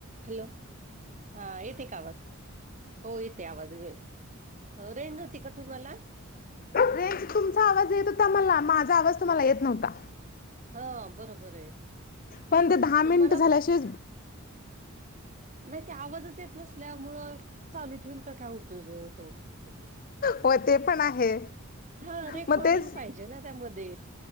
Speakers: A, on the right (about 35°); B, on the left (about 40°).
A: Hello हा येते का आवाज हो येते आवाज वेळ हो रेन होती का तुम्हाला
B: रेज तुमचा आवाज येत होता मला माझा आवाज तुम्हाला येत नव्हता
A: हा बरोबर आहे
B: पण ते दहा मिनिट
A: मला
B: झाल्याशी
A: नाही ते आवाजच येत नसल्यामुळं चालू ठेवून तर काय उपयोग होतो
B: होय ते पण आहे
A: हा रेकॉर्डिंग
B: मग तेच
A: पाहिजे ना त्यामध्ये